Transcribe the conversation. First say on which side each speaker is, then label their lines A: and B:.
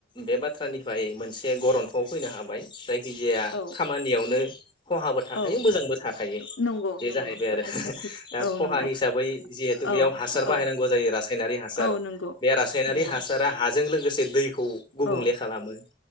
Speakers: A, on the left; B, on the left.
A: बे बाथ्रानिफ्राय मोनसे गरन्थ'आव फैनो हाबाय। जाय खिजाया
B: औ
A: खामानियावनो खहाबो थाखायो
B: औ
A: मोजांबो थाखायो।
B: नंगौ
A: बे
B: नंगौ
A: जाहैबाय
B: बे
A: आरो
B: बाथ्राया सैथो
A: दा
B: औ
A: खहा
B: नंगौ
A: हिसाबै जिहेथु
B: औ
A: बेयाव हासार बाहायनांगौ
B: औ
A: जायो रासायनारि हासार।
B: औ नंगौ
A: बे रासायनारि
B: नंगौ
A: हासारा हाजों लोगोसे दैखौ गुबुंले
B: औ
A: खालामो